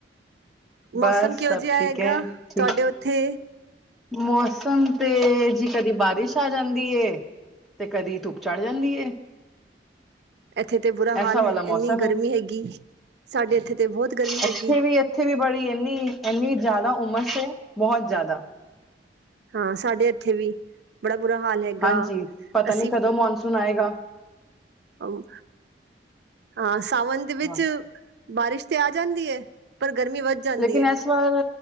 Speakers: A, on the right; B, in the centre.
A: ਮੌਸਮ
B: ਬਸ
A: ਕਿਹੋ
B: ਸਭ
A: ਜਿਹਾ
B: ਠੀਕ
A: ਹੈਗਾ
B: ਹੈ ਠੀਕ
A: ਤੁਹਾਡੇ ਉੱਥੇ।
B: ਮੌਸਮ ਤੇ ਜੀ ਕਦੀ ਬਾਰਿਸ਼ ਆ ਜਾਂਦੀ ਤੇ ਕਦੀ ਧੁੱਪ ਚੜ ਜਾਂਦੀ।
A: ਇੱਥੇ ਤੇ ਬੁਰਾ ਹਾਲ
B: ਐਸਾ ਵਾਲਾ
A: ਹੈ ਇੰਨੀ
B: ਮੌਸਮ
A: ਗਰਮੀ
B: ਹੈ
A: ਹੈਗੀ। ਸਾਡੇ ਇੱਥੇ ਤੇ ਬਹੁਤ ਗਰਮੀ
B: ਇੱਥੇ
A: ਹੈਗੀ,
B: ਵੀ ਇੱਥੇ ਵੀ ਬੜੀ ਇੰਨੀ। ਇੰਨੀ ਜ਼ਿਆਦਾ ਉਮਰ ਸ ਬਹੁਤ ਜ਼ਿਆਦਾ।
A: ਹਾਂ ਸਾਡੇ ਏ ਉੱਥੇ ਵੀ ਬੜਾ ਬੁਰਾ ਹਾਲ ਹੈਗਾ
B: ਹਾਂਜੀ ਪਤਾ
A: ਅਸੀਂ।
B: ਨੀ ਕਦੋਂ ਮੌਨਸੂਨ ਆਏਗਾ
A: ਅ ਹਾਂ ਸਾਵਨ ਦੇ ਵਿੱਚ।
B: ਹਾਂ
A: ਬਾਰਿਸ਼ ਤੇ ਆ ਜਾਂਦੀ ਹੈ, ਪਰ ਗਰਮੀ ਵੱਧ ਜਾਂਦੀ
B: ਲੇਕਿਨ
A: ਹੈ।
B: ਇਸ ਵਾਰ